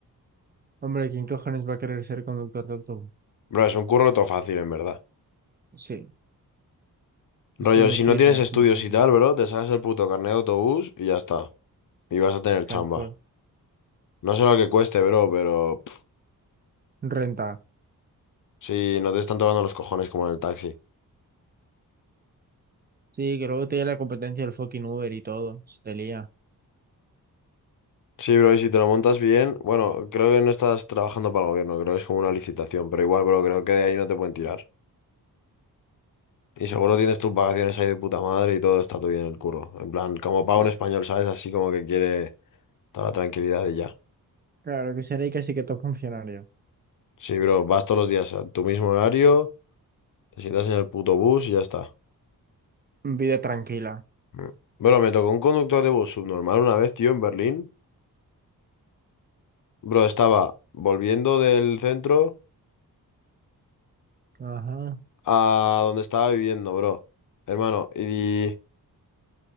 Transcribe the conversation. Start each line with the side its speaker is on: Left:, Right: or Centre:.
Right: Hombre, ¿quién cojones va a querer ser conductor de autobús?
Left: Bro, es un curro todo fácil, en verdad.
Right: Sí, es
Left: Rollo,
Right: conducir
Left: si no tienes
Right: de aquí
Left: estudios
Right: para allá,
Left: y tal, bro, te sacas el puto carnet de autobús y ya está. Y vas a tener
Right: tal
Left: chamba.
Right: cual.
Left: No sé lo que cueste, bro, pero... pff,
Right: Renta.
Left: sí, no te están tocando los cojones como en el taxi.
Right: Sí, que luego tiene la competencia del fucking Uber y todo. Se te lía.
Left: Sí, bro, y si te lo montas bien... Bueno, creo que no estás trabajando para el gobierno, creo que es como una licitación, pero igual, bro, creo que de ahí no te pueden tirar. Y seguro tienes tus vacaciones ahí de puta madre y todo está todo bien en el curro. En plan, como pago
Right: Ya.
Left: en español, ¿sabes? Así como que quiere toda la tranquilidad y ya.
Right: Claro que seré casi que todo funcionario.
Left: Sí, bro, vas todos los días a tu mismo horario, te sientas en el puto bus y ya está.
Right: Vida tranquila.
Left: Mm. Bro, me tocó un conductor de bus subnormal una vez, tío, en Berlín. Bro, estaba volviendo del centro
Right: Ajá.
Left: a donde estaba viviendo, bro. Hermano, y...